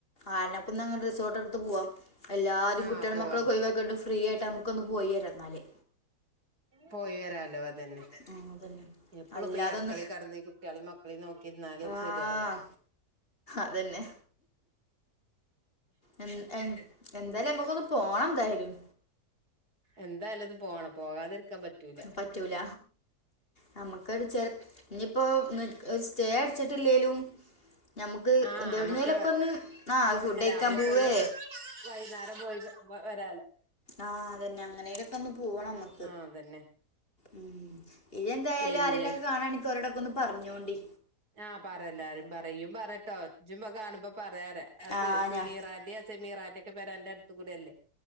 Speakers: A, on the left; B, on the right.
A: ആനകുന്ന് റിസോട്ട്ട്ത്ത് പോവാ എല്ലാരും
B: ആഹ്
A: കുട്ട്യളും
B: പോവാ
A: മക്കളും ഒയിവാക്ക്യാണ്ട് ഫ്രീ ആയിട്ട് ന നമുക്കൊന്ന് പോയെരെന്നാല്
B: പോയി വെരാലോ അതെന്നെ
A: ആ അതന്നെ
B: എപ്പളും
A: അല്ലാതൊന്നും
B: ഇപ്പൊ ഈ അട്ക്കളി കട്ന്ന് ഈ കുട്ട്യാളിം മക്ക ളിം നോക്കിയിര്ന്നാല്
A: ആഹ്
B: സെരിയാവൂല.
A: അതന്നെ എൻ എൻ എന്തായാലും നമുക്കൊന്ന് പോണെന്തായാലും.
B: എന്തായാലും ഇത് പോണം പോകാതിരിക്കാൻ പറ്റൂല
A: പറ്റൂല നമ്മക്ക് അടിച്ചേ ഇഞ്ഞിപ്പോ സ്റ്റേ അടിച്ച്ട്ട്ല്ലേലും. ഞമുക്ക്
B: ആഹ്
A: എന്ത എവ്ട്ന്നേലൊക്കൊന്ന്
B: അമ്മക്ക്
A: ആഹ് ഫുഡ് കഴിക്കാൻ
B: രാവിലെ
A: പോവേ
B: പോയി വൈന്നാരം പോയി വെരാലോ
A: ആഹ് അതന്നെ അങ്ങനേലൊക്കൊന്ന് പോണം ഞമ്മക്ക്
B: ആഹ് അതെന്നെ
A: ഉം ഇയെന്തായാലും
B: പിന്നെ
A: ആരെങ്കിലൊക്കെ കാണാണെങ്കി ഒരോടൊക്കെ ഒന്ന് പർഞ്ഞോണ്ടി
B: ആഹ് പറല്ലാരും പറയും പറട്ടോ ഇജും കാണുമ്പോ പറയാറ ആ സു
A: ആഹ്
B: സുനീറാന്റിം
A: ഞാൻ
B: സെമീറാ ൻ്റൊക്കെ പെര അന്റെ അട്ത്ത് കൂടേല്ലേ